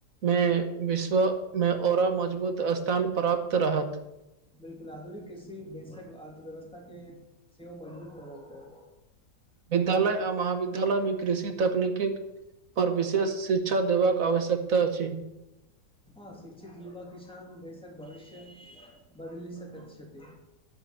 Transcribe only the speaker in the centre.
बिल्कुल आधुनिक कृषि देशक अर्थव्यवस्था केँ सेहो मजबूत करल करैत
हँ शिक्षित युवा किसान देसक भविष्य बदलि सकै छथि